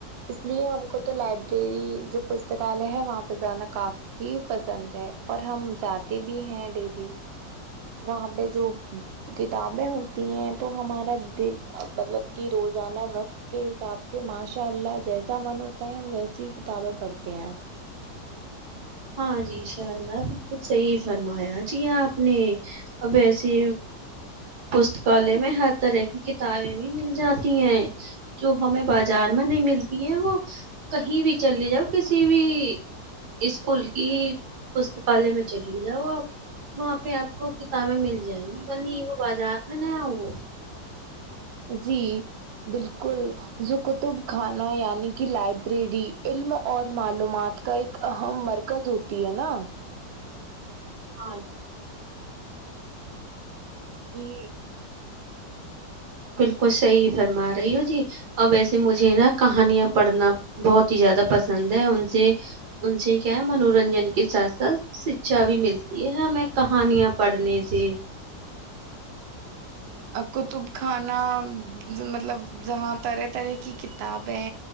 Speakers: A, on the right (about 80°); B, on the right (about 65°).
A: اس لیے ہم کو تو لائبریری جو پستکالیہ ہے وہاں پہ جانا کافی پسند ہے اور ہم جاتے بھی ہیں ڈیلی وہاں پہ جو کتابیں ہوتی ہیں تو ہمارا دن مطلب کہ روزانہ وقت کے حساب سے ماشاء اللہ جیسا من ہوتا ہے ہم ویسی ہی کتابیں پڑھتے ہیں
B: ہاں جی لب کچھ صحیح فرمایا جی آپ نہیں ابس جی پستکالیہ میں ہر طرح کتابیں بھی مل جاتی ہیں جو ہمیں بازار میں نہیں ملتا وہ کہیں بھی چل جاؤ کسی بھی اسکول کی پستکالیہ میں چلے جاؤ آپ وہاں پہ آپ کو کتابیں مل جائیں گی بازار میں نہیںیا وہ
A: جی بالکل جو کتب خانہ یعنی کہ لائبریری علم اور معلومات کا ایک اہم مرکز ہوتی ہے نا
B: اوراں
A: جی
B: بالکل صحیح فرما رہی ہو جی اب ایسے مجھے نا کہانیاں پڑھنا بہت ہی زیادہ پسند ہے ان سے ان سے کیا ہے منورنجن کے ساتھ ساتھ شکھا بھی ملتی ہے ہمیں کہانیاں پڑھنے سے
A: کطب خانہ مطلب جہاں طرح طرح کی کتابیں